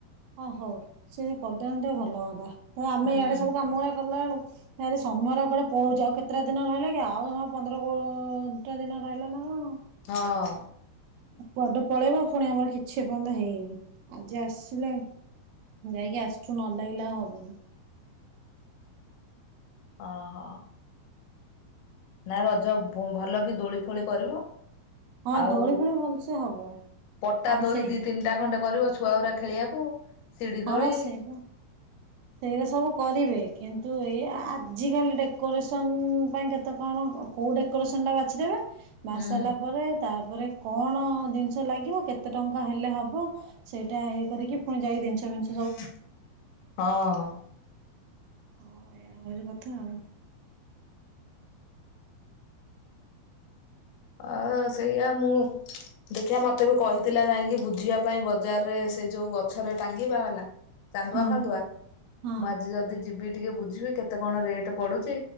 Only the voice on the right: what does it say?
ଓ ହଉ ସିଏ ଯଦି କରିଦଅନ୍ତେ ଭଲ ହୁଅନ୍ତା ତ ଆମେ
ଇଆଡେ
ସବୁ କାମ ଗୁଡା କଲା ବେଳୁ ଆରେ ସମୟ ଗୁରା କୁଆଡେ ପଳଉଛି ଆଉ କେତେଟା ଦିନ ରହିଲା କି ଆଉ ପନ୍ଦର କୋଡ଼ିଏଟା ଦିନ ରହିଲା ନାଁ କଣ?
କୁଆଡେ ପଳେଇବ ପୁଣି ଆମର କିଛି ଏ ପର୍ଯ୍ୟନ୍ତ ହେଇନି ଆଜି ଆସିଲେ ଯାଇକି ଆଜିଠୁ ନ ଲାଗିଲେ ଆଉ ହବନି।
ହଁ
ଦୋଳି ଫୋଳି ଭଲସେ ହବ
ଆଉ
ସେଇ
ହଁ ସେଇବା। ସେଇରା ସବୁ କରିବେ କିନ୍ତୁ ଏଇଆ ଆଜିକାଲି ଡେକୋରେସନ ପାଇଁ କେତେ କଣ? କୋଉ ଡେକୁରେସନ ଟା ବାଛି ଦେବେ। ବାଛି
ସାରିଲା ପରେ ତାପରେ କଣ ଜିନିଷ ଲାଗିବ କେତେ ଟଙ୍କା ହେଲେ ହବ? ହବ ସେଇଟା ଇଏ କରିକି ପୁଣି ଯାଇ ଜିନିଷ ମିନିଷ
ହଁ ଏ ହଉଛି କଥା ଆଉ।
ହଁ
ହଁ।